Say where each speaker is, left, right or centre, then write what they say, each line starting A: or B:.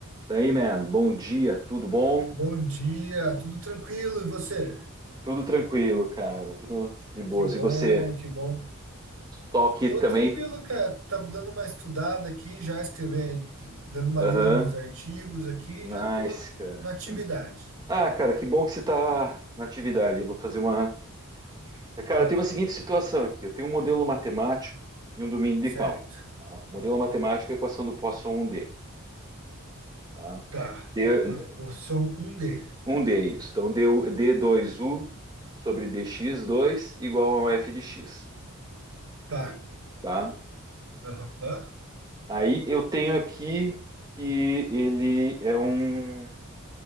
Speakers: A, on the right; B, on the right.
A: Daí, man, bom dia, tudo bom?
B: Bom dia, tudo tranquilo e você?
A: Tudo tranquilo, cara, tudo de boas.
B: Que bom,
A: E você?
B: que bom.
A: Só que
B: Tô
A: também.
B: tranquilo, cara. Tava dando uma estudada aqui, já escrevendo, dando uma
A: Aham,
B: lida nos artigos aqui,
A: nice,
B: já tô
A: cara.
B: na atividade.
A: Que- Ah, cara, que bom que você tá na atividade. Eu vou fazer uma. é, Cara,
B: Ah,
A: tem uma seguinte situação aqui: eu tenho um modelo matemático e um domínio de
B: certo.
A: cálculo. tá? O modelo matemático é a equação do Poisson um d tá?
B: Tá.
A: D-
B: Equação 1D.
A: 1D, isso. Então, deu d dois u sobre d x dois igual ao f de x,
B: Tá.
A: tá?
B: Aham.
A: Aí eu tenho aqui que ele é um.